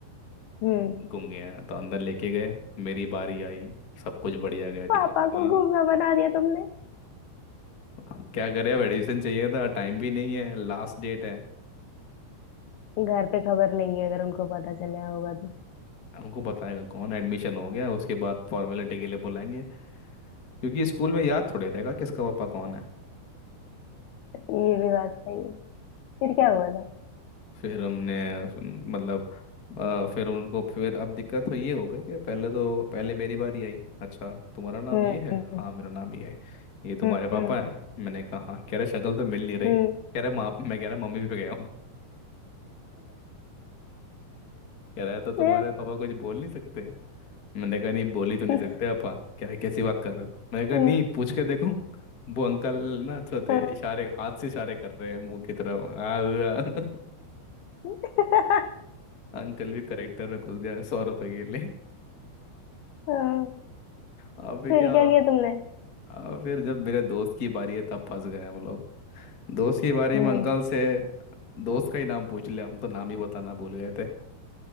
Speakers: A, on the left (about 80°); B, on the left (about 40°).
A: हम्म
B: गूंगे हैं तो अंदर लेके गए मेरी बारी आई सब कुछ बढ़िया गया टीचर
A: पापा
B: ने कहा
A: को घूमना बना दिया तुमने
B: "हाँ, क्या करें अब एडमिशन चाहिए था टाइम भी नहीं है लास्ट डेट है
A: घर पे खबर लेंगे अगर उनको पता चला होगा तो
B: हमको बताएगा कौन एडमिशन हो गया उसके बाद फॉर्मेलिटी के लिए बुलाएंगे क्योंकि स्कूल में याद थोड़े रहेगा किसका पापा कौन है
A: ये भी बात सही है फिर क्या हुआ था
B: फिर हमने मतलब अ, फिर उनको फिर अब दिक्कत तो ये हो गई कि पहले तो पहले मेरी बारी आई अच्छा तुम्हारा नाम
A: हम्म
B: ये है हाँ मेरा नाम ये है ये तुम्हारे
A: हम्म
B: पापा है मैंने कहा हाँ कह रहे शक्ल तो मिल नहीं रही
A: हम्म
B: कह रहे माँ मैं कह रहा मम्मी पे गया हूँ कह रहा है तो तुम्हारे
A: हम्म
B: पापा कुछ बोल नहीं सकते हैं?" मैंने कहा नहीं बोल ही तो नहीं
A: <laughs>
B: सकते पापा कह रहे कैसी बात कर रहे हो मैंने कहा
A: हम्म,
B: नहीं पूछ के देखो वो अंकल ना तो थे
A: हाँ,
B: इशारे हाथ से इशारे कर रहे हैं मुंह की तरफ आ, आ,
A: <laughs>
B: अंकल भी करेक्टर में घुस गया सौ रुपए के लिए
A: हाँ,
B: अब भी
A: फिर
B: क्या
A: क्या किया तुमने
B: आ, फिर जब मेरे दोस्त की बारी है तब फंस गए हम लोग दोस्त की बारी
A: हम्म
B: में अंकल से दोस्त का ही नाम पूछ लिया हम तो नाम ही बताना भूल गए थे